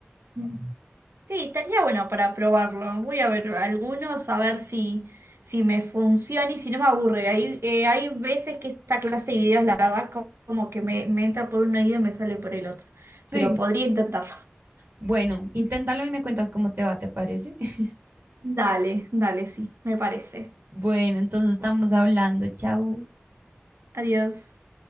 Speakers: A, on the right (about 85°); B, on the right (about 65°).
A: Mm. Sí, estaría bueno para probarlo. Voy a ver algunos a ver si, si me funciona y si no me aburre. Hay, eh, hay veces que esta clase de videos, la verdad, como como que me, me entra por un oído y me sale por el otro.
B: Sí.
A: Pero podría intentarlo.
B: Bueno, inténtalo y me cuentas cómo te va, ¿te parece? <laughs>
A: Dale, dale, sí, me parece.
B: Bueno, entonces estamos hablando. Chau.
A: Adiós.